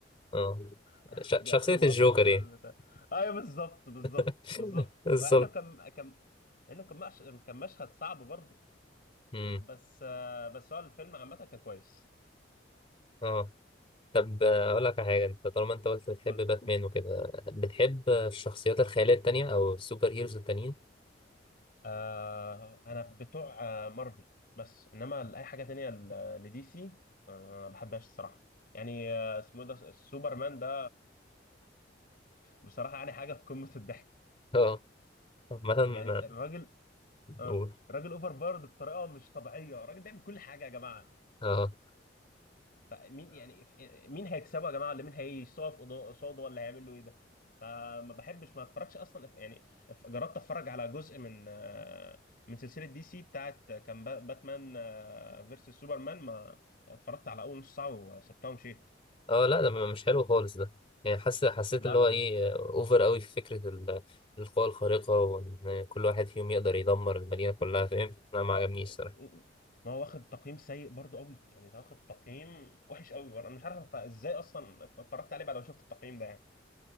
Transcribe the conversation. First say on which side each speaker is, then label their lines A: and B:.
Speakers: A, on the left; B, on the left.
A: اه
B: <laughs>
A: ش...
B: دي
A: شخصية
B: اخر
A: الجوكر
B: لقطه فاكرها
A: يعني
B: من البتاع ايوه بالظبط بالظبط
A: <laughs>
B: بالظبط
A: بالظبط
B: لانه كان كان لانه كان مش... كان مشهد صعب برضه
A: مم.
B: بس آه، بس هو الفيلم عامه كان كويس
A: اه طب آه، اقول لك على حاجة انت طالما انت قلت بتحب
B: قول
A: باتمان وكده بتحب الشخصيات الخيالية التانية او السوبر هيروز التانيين؟
B: آه انا بتوع آه مارفل بس انما لاي حاجه تانية ل- لدي سي آه ما بحبهاش الصراحه يعني آه اسمه إيه ده السوبرمان ده بصراحه يعني حاجه في قمه الضحك
A: اه عامة
B: يعني
A: آه،
B: الراجل آه
A: قول
B: الراجل اوفر بارد بطريقه مش طبيعيه الراجل بيعمل كل حاجه يا جماعه
A: اه
B: فمين يعني ف- مين هيكسبه يا جماعه ولا مين هيقف قضا- قصاده ولا هيعمل له ايه ده فما بحبش ما اتفرجش اصلا ف- يعني ف- جربت اتفرج على جزء من آه، من سلسله دي سي بتاعت آه، كان با- باتمان فيرسس سوبرمان ما اتفرجت على اول نص ساعه وسبتها ومشيت
A: اه لا ده م- مش حلو خالص ده يعني حاسس حسيت
B: لا
A: اللي
B: لا
A: هو ايه
B: لا.
A: اوفر قوي في فكرة ال- القوى الخارقة وان كل واحد فيهم يقدر يدمر المدينة كلها فاهم انا
B: آه،
A: ما عجبنيش
B: آه،
A: صراحة
B: ما هو واخد تقييم سيء برضو قوي يعني ده واخد تقييم وحش قوي برضه. انا مش عارف ازاي اصلا اتفرجت عليه بعد ما شفت التقييم ده يعني